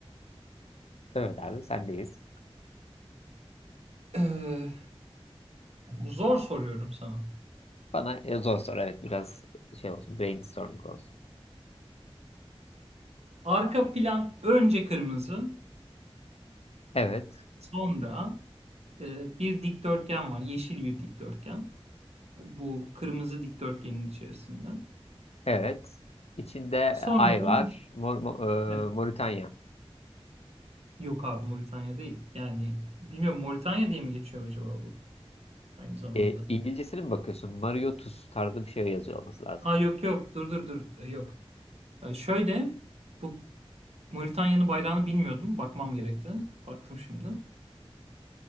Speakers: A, on the left; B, on the right.
A: Evet abi sendeyiz.
B: Ee, zor soruyorum sana.
A: Bana e, zor soru evet biraz şey olsun brainstorming olsun.
B: Arka plan önce kırmızı,
A: Evet
B: sonra e, bir dikdörtgen var. Yeşil bir dikdörtgen. Bu kırmızı dikdörtgenin içerisinde.
A: evet. İçinde
B: Sonra
A: ay
B: onun
A: var.
B: iç-
A: Mor, Mo-
B: Ne?
A: e, Moritanya.
B: Yok abi Moritanya değil. Yani bilmiyorum Moritanya diye mi geçiyor acaba bu aynı zamanda?
A: E, İngilizcesine mi bakıyorsun? Mario Tus tarzı bir şey yazıyor olması lazım.
B: Ha yok yok dur dur dur E, yok. E, şöyle bu Moritanya'nın bayrağını bilmiyordum. Bakmam gerekti. Baktım şimdi.